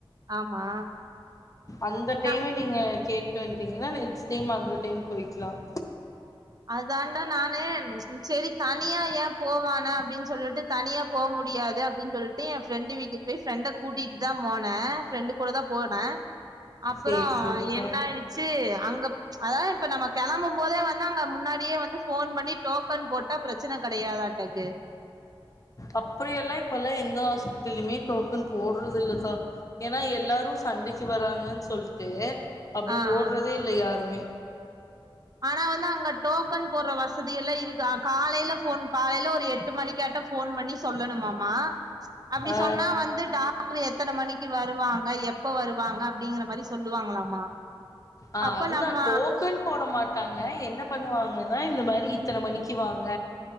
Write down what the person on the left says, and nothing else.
அந்த டைம
நீங்க கேட்டுவன்டீங்கன்னா நெக்ஸ்ட் டைம் அந்த டைம் போயிக்கலாம்
சேரி சேரிக்கா
அப்படியெல்லாம் இப்பல்லாம் எந்த ஹாஸ்பிட்டலேயுமே டோக்கன் போடுறது இல்லகா ஏன்னா எல்லாரும் சண்டைக்கு வராங்கன்னு சொல்லிட்டு அப்புடி
போடுறதே
இல்ல யாருமே
ஆ
ஆஹ்
அதுதான்
டோக்கன் போட மாட் ட்டாங்க என்ன பண்ணுவாங்கன்னா இந்த மாரி இத்தனை மணிக்கு வாங்க